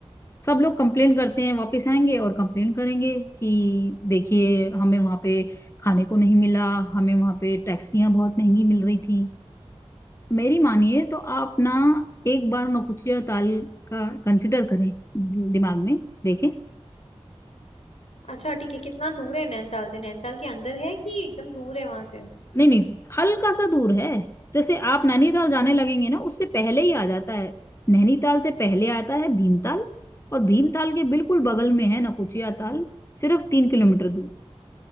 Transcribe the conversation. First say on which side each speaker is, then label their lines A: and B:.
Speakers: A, on the left (about 25°); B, on the left (about 90°).
A: सब लोग कंप्लेन करते हैं वापस आएंगे और कंप्लेन करेंगे कि देखिए हमें वहां पे खाने को नहीं मिला हमें वहां पे टैक्सियां बहुत महंगी मिल रही थी मेरी मानिए तो आप ना एक बार नौकुचिया ताल का कंसिडर करें दि- दिमाग में देखें
B: अच्छा ठीक है कितना दूर है नैनीताल से नैनीताल के अंदर है कि एकदम दूर है वहां से
A: नहीं नहीं हल्का सा दूर है जैसे आप नैनीताल जाने लगेंगे ना उससे पहले ही आ जाता है नैनीताल से पहले आता है भीमताल और भीमताल के बिल्कुल बगल में है नकुचिया ताल सिर्फ तीन किलोमीटर दूर